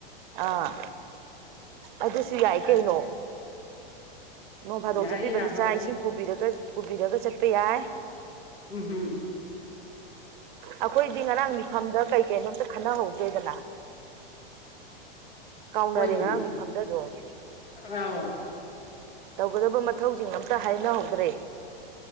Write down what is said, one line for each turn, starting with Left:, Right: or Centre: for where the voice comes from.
Right: ꯑꯥ ꯑꯗꯨꯁꯨ ꯌꯥꯏ
Left: ꯑꯗ
Right: ꯀꯩꯅꯣ ꯅꯣꯡ ꯐꯥꯗꯣꯛ
Left: ꯌꯥꯏ
Right: ꯆꯠꯄꯤꯕꯗ
Left: ꯌꯥꯕꯕꯨꯗꯤ
Right: ꯆꯥꯛ ꯏꯁꯤꯡ ꯄꯨꯕꯤꯔ ꯄꯨꯕꯤꯔꯒ ꯆꯠꯄ ꯌꯥꯏ
Left: ꯎꯝ ꯎꯝ
Right: ꯑꯩꯈꯣꯏꯗꯤ ꯉꯔꯥꯡ ꯃꯤꯐꯝꯗ ꯀꯩ ꯀꯩꯅꯣ ꯑꯝꯇ ꯈꯟꯅꯍꯧꯗ꯭ꯔꯦꯗꯅ ꯀꯥꯎꯅꯔꯦ
Left: ꯍꯣꯏꯅꯦ
Right: ꯉꯔꯥꯡ ꯃꯤꯐꯝꯗ ꯑꯗꯨꯝ
Left: ꯑꯥꯎ
Right: ꯇꯧꯒꯗꯕ ꯃꯊꯧꯁꯤꯡ ꯑꯝꯇ ꯍꯥꯏꯅꯍꯧꯗ꯭ꯔꯦ